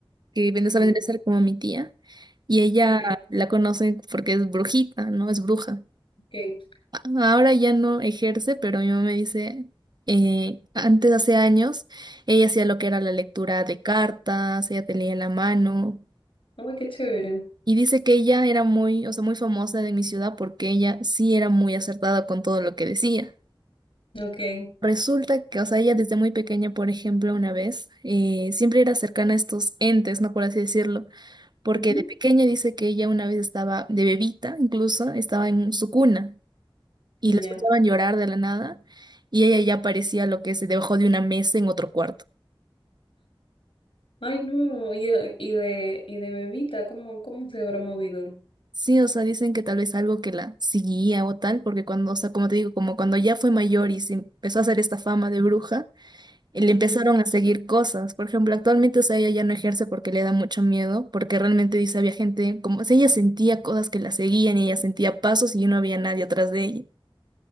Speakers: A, on the right; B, on the left.
A: que viene a
B: Mm,
A: venir a ser como mi tía, y ella
B: Ok,
A: la conoce porque es brujita, ¿no? Es bruja.
B: ok.
A: A- Ahora ya no ejerce, pero mi mamá me dice, eh, antes, hace años, ella hacía lo que era la lectura de cartas, ella te leía la mano,
B: Ay, qué chévere.
A: y dice que ella era muy, o sea, muy famosa de mi ciudad porque ella sí era muy acertada con todo lo que decía.
B: Ok.
A: Resulta que, o sea, ella desde muy pequeña, por ejemplo, una vez, eh, siempre era cercana a estos entes, ¿no? Por así decirlo. porque
B: ujú,
A: de pequeña dice que ella una vez estaba, de bebita incluso, estaba en su cuna y
B: Ya.
A: la escuchaban llorar de la nada y ella ya parecía lo que se debajo de una mesa en otro cuarto.
B: Ay, no. Y, de, y de y de bebita, ¿cómo, cómo se habrá movido?
A: Sí, o sea, dicen que tal vez algo que la seguía o tal, porque cuando, o sea, como te digo, como cuando ya fue mayor y se empezó a hacer esta fama de bruja, eh, le empezaron
B: Ok.
A: a seguir cosas. Por ejemplo, actualmente, o sea, ella ya no ejerce porque le da mucho miedo, porque realmente dice, había gente, como, o sea, ella sentía cosas que la seguían y ella sentía pasos y no había nadie atrás de ella.